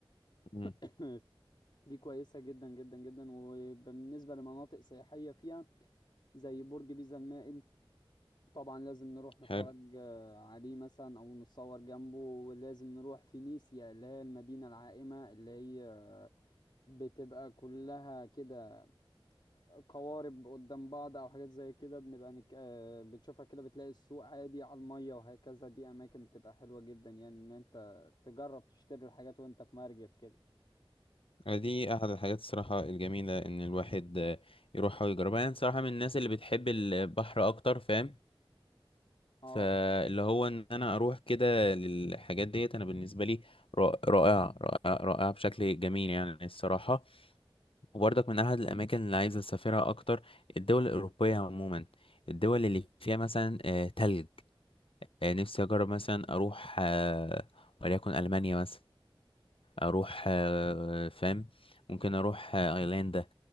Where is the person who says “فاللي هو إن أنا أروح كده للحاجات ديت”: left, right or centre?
Left